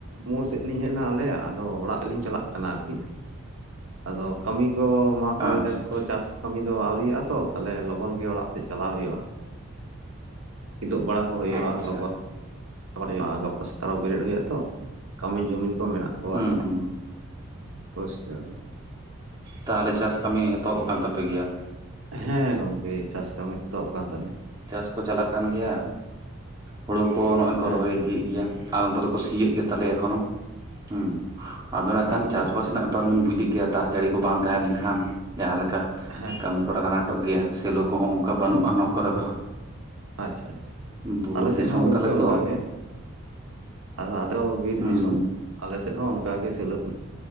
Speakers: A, on the right (about 75°); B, on the right (about 20°).
A: ᱢᱳᱲ ᱥᱮᱫ ᱞᱤᱧ ᱦᱮᱡ ᱮᱱᱟ ᱟᱞᱮ ᱟᱫᱚ ᱚᱲᱟᱜ ᱨᱮᱞᱤᱧ ᱪᱟᱞᱟᱜ ᱠᱟᱱᱟ ᱟᱨᱠᱤ ᱟᱫᱚ ᱠᱟᱹᱢᱤ ᱠᱚ ᱱᱚᱣᱟ ᱠᱟᱹᱢᱤ
B: ᱟᱪᱪᱷᱟ
A: ᱠᱟᱡᱽ
B: ᱟᱪᱪᱷᱟ
A: ᱠᱚ ᱪᱟᱥ ᱠᱟᱹᱢᱤ ᱫᱚ ᱛᱚ ᱛᱟᱦᱚᱞᱮ ᱞᱚᱜᱚᱱ ᱜᱮ ᱚᱲᱟᱜ ᱥᱮᱫ ᱪᱟᱞᱟᱜ ᱦᱩᱭᱩᱜ-ᱟ᱾ ᱠᱤᱫᱩᱜ ᱵᱟᱲᱟ ᱠᱚ ᱦᱩᱭᱩᱜ-ᱟ
B: ᱟᱪᱪᱷᱟ
A: ᱞᱚᱜᱚᱱ <inaudible> ᱜᱟᱯᱟ ᱥᱮᱛᱟᱜ ᱨᱮ ᱦᱚᱸ ᱵᱮᱨᱮᱫ ᱦᱩᱭᱩᱜ-ᱟ ᱛᱚ ᱠᱟᱹᱢᱤ ᱡᱩᱢᱤᱱ ᱠᱚ ᱢᱮᱱᱟᱜ ᱢᱮᱱᱟᱜ-ᱟ᱾
B: ᱦᱩᱸ ᱦᱩᱸ᱾
A: ᱯᱚᱨᱥᱠᱟᱨ ᱧᱚᱜ ᱾
B: ᱛᱟᱦᱚᱞᱮ ᱪᱟᱥ ᱠᱟᱹᱢᱤ ᱮᱛᱚᱦᱚᱵ ᱟᱠᱟᱱ ᱛᱟᱯᱮ ᱜᱮᱭᱟ?
A: ᱦᱮᱸ ᱜᱚᱝᱠᱮ ᱪᱟᱥ ᱠᱟᱹᱢᱤ ᱮᱛᱚᱦᱚᱵ ᱠᱟᱱ ᱛᱟᱞᱮᱭᱟ᱾
B: ᱪᱟᱥᱠᱚ ᱪᱟᱞᱟᱜ ᱠᱟᱱ ᱜᱮᱭᱟ ᱦᱩᱲᱩ ᱠᱚ ᱱᱚᱜ-ᱚᱭ
A: ᱦᱮᱸ
B: ᱠᱚ ᱨᱚᱦᱚᱭ ᱤᱫᱤᱭᱮᱫ ᱜᱮᱭᱟ ᱟᱫᱚᱢ ᱠᱚᱫᱚ ᱠᱚ ᱥᱤᱭᱜ ᱜᱮᱭᱟ ᱛᱟᱞᱮᱭᱟ ᱮᱠᱷᱚᱱᱳ ᱦᱮᱸ᱾ ᱟᱫᱚ ᱱᱟᱜ
A: ᱟᱪᱪᱷᱟ
B: ᱠᱷᱟᱱ ᱪᱟᱥᱵᱟᱥ
A: ᱟᱪᱪᱷᱟ
B: ᱨᱮᱱᱟᱜ ᱵᱮᱯᱟᱨ ᱵᱤᱧ ᱵᱩᱡᱮᱫ
A: ᱦᱩᱸ
B: ᱜᱮᱭᱟ ᱫᱟᱜ ᱡᱟᱹᱲᱤ ᱠᱚ ᱵᱟᱝ ᱛᱟᱦᱮᱸ ᱞᱮᱱᱠᱷᱟᱱ ᱡᱟᱦᱟᱸ ᱞᱮᱠᱟ
A: ᱦᱮᱸ
B: ᱠᱟᱹᱢᱤ ᱠᱚᱨᱮ ᱟᱱᱟᱴᱚᱜ ᱜᱮᱭᱟ ᱥᱮᱞᱚ ᱠᱚᱦᱚᱸ ᱚᱱᱠᱟ ᱵᱟᱹᱱᱩᱱ-ᱟ
A: ᱦᱮᱸ
B: ᱱᱚᱣᱟ ᱠᱚᱨᱮ ᱫᱚ
A: ᱟᱪᱪᱷᱟ ᱟᱪᱪᱷᱟ
B: ᱵᱩᱨᱩ
A: ᱟᱞᱮ
B: ᱫᱤᱥᱚᱢ
A: ᱥᱮᱫ ᱦᱚᱸ ᱜᱚᱝᱠᱮ
B: ᱛᱟᱞᱮ ᱛᱚ
A: ᱚᱱᱠᱟᱜ ᱜᱮ᱾ ᱟᱨ ᱟᱞᱮ ᱦᱚᱸ ᱵᱤᱨ
B: ᱦᱩᱸ
A: ᱫᱤᱥᱚᱢ ᱟᱞᱮ ᱥᱮᱫ ᱦᱚᱸ ᱚᱱᱠᱟ ᱜᱮ ᱥᱮᱞᱳ ᱠᱚ